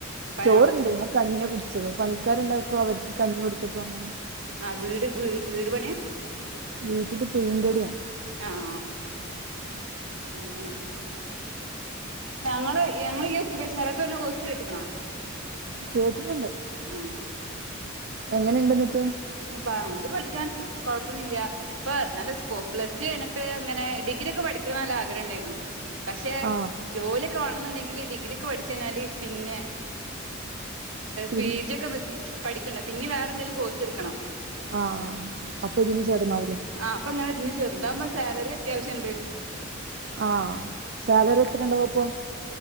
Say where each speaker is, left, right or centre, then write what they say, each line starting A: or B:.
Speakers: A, on the right; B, on the right.
A: പണി
B: ചോറ്ണ്ട് ഞാൻ കഞ്ഞ്യാ കുടി ച്ചത് പണിക്കാര്ണ്ടായപ്പോ അവർക്ക് കഞ്ഞി കൊട്ത്തപ്പോ അങ്ങനെ
A: ആഹ് വീട് വീട് പണ്യ
B: വീട്ടില് പെയിന്റട്യാണ്
A: ആഹ് ഉം ഞങ്ങള് ഞങ്ങള് ഈ ഒക്ക്യുപേഷനെററ് പറഞ്ഞ കോഴ്സ് കേട്ട്ക്ക്ണോ
B: കേട്ടിട്ട്ണ്ട്
A: ആഹ്
B: എങ്ങനെണ്ട് ഇന്നെട്ട്
A: പാ അത് പഠിക്കാൻ കൊഴപ്പൊന്നില്ല ഇപ്പൊ നല്ല സ്കോപ് ലസ് ചെയ്യണപ്പപ്പോ അങ്ങനെ ഡിഗ്രി ഒക്കെ പഠിക്കണ നല്ല ആഗ്രഹം ഉണ്ടായിരുന്നു പക്ഷെ
B: ആ
A: ജോലിയൊക്കെ വണന്നുണ്ടെങ്കില് ഡിഗ്രി ഒക്കെ പഠിച്ചു കഴിഞ്ഞാല് പിന്നെ
B: പിൻ
A: പി ജി ഒക്കെ പഠിക്കണ്ട പിന്നെ വേറെ എന്തേങ്കിലും കോഴ്സ് എടുക്കണം
B: ആഹ് അപ്പൊ ഇതിന് ചേർന്നാവൂലേ
A: ആ അപ്പൊ ഇങ്ങെ ഇന്ന് ചേർതിവു ബോ സാലറി അത്യാവശ്യം ഉണ്ട്
B: ആഹ് സാലറി എത്ര ഉണ്ടാവും അപ്പൊ